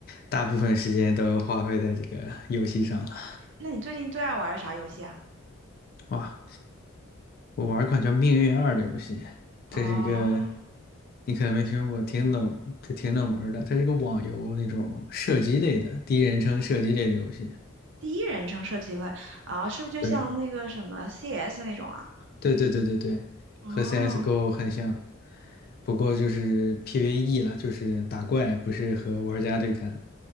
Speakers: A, on the left; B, on the right.
A: 大部分时间都花费在这个游戏上了。
B: 那你最近最爱玩的啥游戏啊？
A: 哇，我玩一款叫《命运二》的游戏，这是一个
B: 哦，
A: 你可能没听说过，挺冷，就挺冷门儿的。它是一个网游那种射击类的，第一人称射击类的游戏。
B: 第一人称射击类啊，是不是就像那个什么
A: 对，
B: CS 那种啊？
A: 对对对对对，
B: 哦
A: 和 CSGO 很像，不过就是 PVE 了，就是打怪，不是和玩家对战。